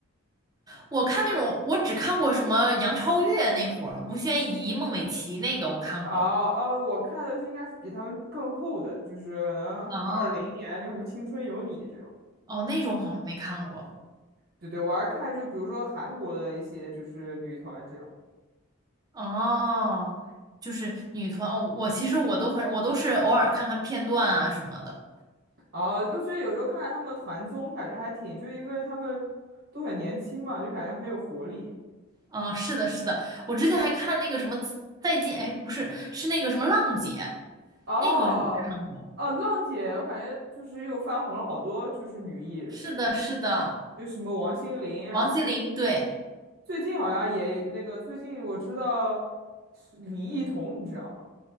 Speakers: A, on the right; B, on the right.
A: 我看那种我只看过什么杨超越那会儿，吴宣仪、孟美岐那个我看过。
B: 啊，呃，我看的是应该是比他们更后的，就是可能二零年那个什么《青春有你》这样。
A: 啊。哦，那种好像没看过。
B: 对对，我还看就比如说韩国的一些就是女团这样。
A: 哦，就是女团哦，我其实我都很，我都是偶尔看看片段啊什么的。
B: 啊，就觉得有时候看看他们的团综，感觉还挺，就是因为他们都很年轻嘛，就感觉很有活力。
A: 啊、是的，是的，我之前还看那个什么再见，哎，不是，是那个什么浪姐，
B: 哦，
A: 那个我看过。
B: 哦，浪姐，我感觉就是又翻红了好多，就是女艺人，
A: 是的，是的，
B: 就什么王心凌，
A: 王心凌，
B: 然后
A: 对，
B: 最近好像也那个，最近我知道是李艺彤，你知道吗？